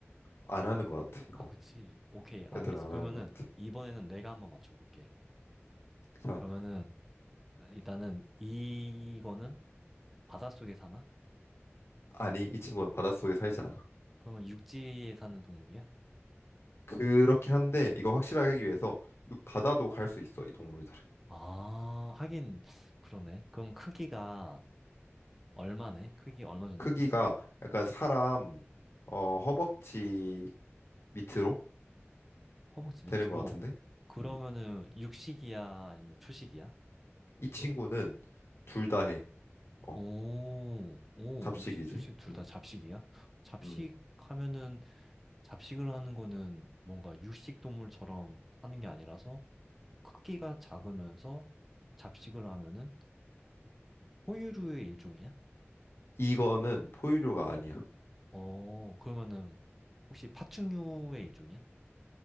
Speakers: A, on the left; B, in the centre.
A: 안 하는 것 같아.
B: 아,
A: 어,
B: 그치. 오케이, 알겠어.
A: 애들은 안
B: 그러면은,
A: 하는 것 같아.
B: 이번에는 내가 한번 맞춰볼게.
A: 자,
B: 그러면은, 일단은, 이거는 바닷속에 사나?
A: 아니 이 친구는 바닷속에 살지 않아.
B: 그러면 육지에 사는 동물이야?
A: 그렇긴 한데 이거 확실하게 하기 위해서 육- 바다도 갈 수 있어 이 동물들.
B: 아, 하긴 그러네. 그럼 크기가 얼마네? 크기 얼마 정도
A: 크기가
B: 돼?
A: 약간 사람 어, 허벅지 밑으로
B: 허벅지
A: 되는
B: 밑으로.
A: 것 같은데.
B: 그러면은
A: 음.
B: 육식이야? 아니면 초식이야?
A: 이 친구는 둘 다 해. 어,
B: 오, 오,
A: 잡식이지.
B: 육식, 초식 둘
A: 음.
B: 다 잡식이야? 잡식
A: 음.
B: 하면은 잡식을 하는 거는 뭔가 육식 동물처럼 하는 게 아니라서 크기가 작으면서 잡식을 하면은 포유류의 일종이야?
A: 이거는 포유류가 아니야.
B: 어, 그러면은 혹시 파충류의 일종이야?